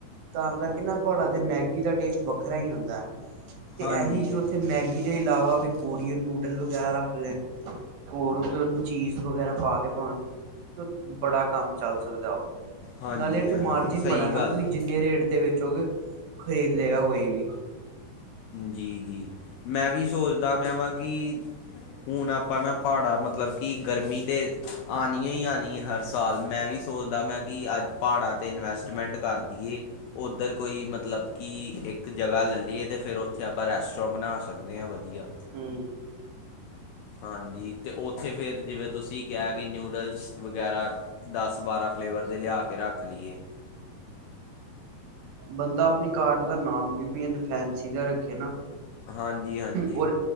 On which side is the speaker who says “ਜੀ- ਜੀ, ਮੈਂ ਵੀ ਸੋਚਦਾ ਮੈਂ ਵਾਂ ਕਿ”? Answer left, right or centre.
Left